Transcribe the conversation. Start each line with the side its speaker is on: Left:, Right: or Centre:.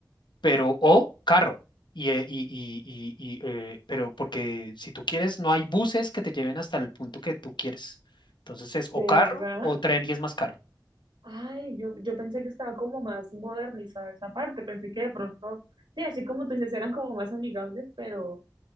Left: pero o carro. Y, eh, y, y, y, y, eh, pero porque si tú quieres, no hay buses que te lleven hasta el punto que tú quieres. Entonces es
Right: ¿De
Left: o carro
Right: verdad?
Left: o tren y es más caro.
Right: Ay, yo, yo pensé que estaba como más modernizada esa parte, pensé que de pronto, sí, así como tú dices, eran como más amigables, pero,